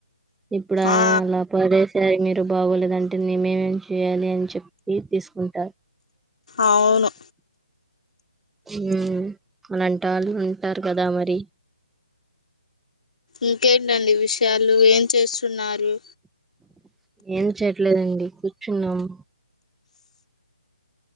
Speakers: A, in the centre; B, on the left.
A: ఇప్పుడు
B: ఆ
A: అలా పడేసారు మీర్ బాగోలేదంటే మేమేం చేయాలి అని చెప్పి తీసుకుంటారు
B: అవును
A: మ్మ్ అలాంటి వాళ్ళు ఉంటారు కదా మరి
B: ఇంకేంటండి ఈ విషయం చాలు ఏం చేస్తున్నారు రు
A: ఏం చేయట్లేదండి కూర్చున్నాము